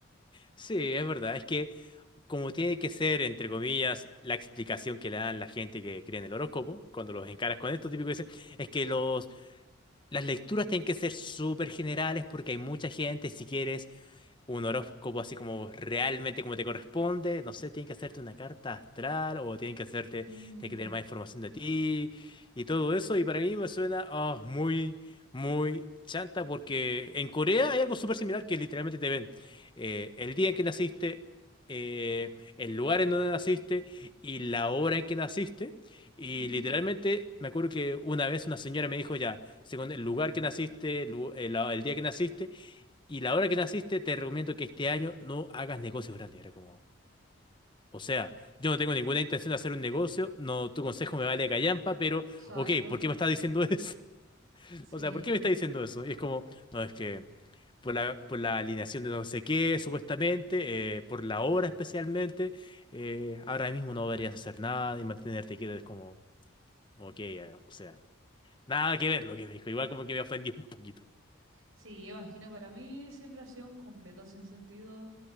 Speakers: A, on the left (about 25°); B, on the right (about 85°).
A: Sí, es verdad, es que como tiene que ser, entre comillas, la explicación que le dan la gente que cree en el horóscopo, cuando los encaras con esto, típico dicen, es que los, las lecturas tienen que ser súper generales porque hay mucha gente, si quieres un horóscopo así como realmente como te corresponde. No sé, tienen que hacerte una carta astral o tienen que hacerte,
B: Mm,
A: tienen que tener más información de ti y todo eso. Y para mí me suena ah, muy, muy chanta porque en Corea hay algo súper similar que literalmente te ven eh, el día en que naciste. eh, el lugar en donde naciste y la hora en que naciste. Y
B: ujú,
A: literalmente me acuerdo que una vez una señora me dijo ya, según el lugar que naciste, el lu- el- el día que naciste, y la hora que naciste, te recomiendo que este año no hagas negocios grandes. Era como, o sea, yo no tengo ninguna intención de hacer un negocio, no, tu consejo me vale callampa, pero,
B: exacto.
A: ok, ¿por qué me estás diciendo eso? <laughs>
B: Sí,
A: O sea, ¿por qué me estás
B: sí.
A: diciendo eso? Y es como, no, es que por la, por la alineación de no sé qué, supuestamente, eh, por la hora especialmente, eh, ahora mismo no deberías hacer nada y mantenerte quieto. Es como, ok, eh, o sea, nada que ver lo que me dijo. Igual como que me ofendió un poquito.
B: Sí, imagino para mí siempre ha sido un completo sin sentido.